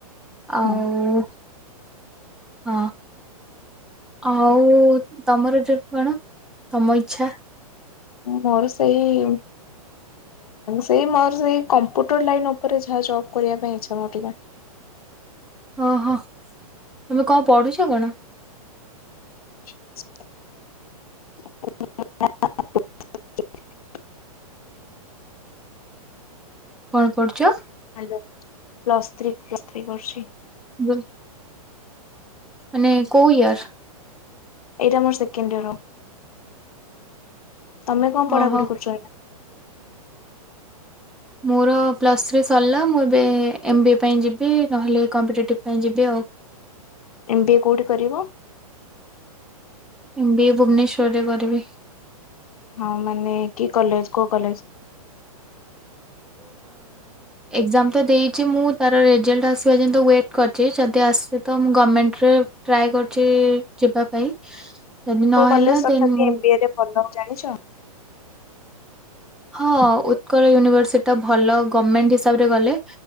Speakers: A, on the left; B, in the centre.
A: ହଁ।
B: ଆଉ ହଁ ଆଉ ତମର ଯଉ କଣ ତମ ଇଛା?
A: ମୋର ସେଇ ସେଇ ମୋର ସେଇ କମ୍ପୁଟର ଲାଇନ ଉପରେ ଯାହା ଜବ କରିବା ପାଇଁ ଇଛା ମୋର ଟିକେ।
B: ଓହୋ ତମେ କଣ ପଢୁଛ କଣ?
A: <inaudible>
B: କଣ କରୁଛ?
A: Hello. Plus three plus three କରୁଛି।
B: ହ ମାନେ କୋଉ ଇଅର୍?
A: ଏଇଟା ମର ସେକେଣ୍ଡ ଇଆର ହ ତମେ କଣ ପଢାପଢି
B: ଓହୋ।
A: କରୁଛ ଏଇନା
B: ମୋର ପ୍ଲସ୍ ଥ୍ରୀ ସରିଲା ମୁଁ ଏବେ ଏମ୍ ବି ଏ ପାଇଁ ଯିବି ନହେଲେ କମ୍ପିଟେଟିଭ୍ ପାଇଁ ଯିବି ଆଉ।
A: ଏମ ବି ଏ କୋଉଠି କରିବ?
B: ଏମ ବି ଏ ଭୁବନେଶ୍ଵର ରେ କରିବି।
A: ହଁ ମାନେ କି କଲେଜ କୋଉ କଲେଜ?
B: ଏକ୍ଜାମ ତ ଦେଇଛି ମୁଁ ତାର ରେଜଲ୍ଟ ଆସିବା ଯେ ୱେଟ୍ କରିଛି ଯଦି ଆସିବେ ତ ମୁଁ ଗଭର୍ମେଣ୍ଟରେ ଟ୍ରାଏ କରଛି ଯିବା ପାଇଁ। ଯଦି ନହେଲା
A: କୋଉ କଲେଜ
B: ଦେନ୍
A: ତଥାପି
B: ମୁଁ
A: ଏମ ବି ଏ ରେ ଭଲ? ଜାଣିଛ?
B: ହଁ ଉତ୍କଳ ୟୁନିଭର୍ସିଟି ଟା ଭଲ ଗଭର୍ଣମେଣ୍ଟ ହିସାବରେ ଗଲେ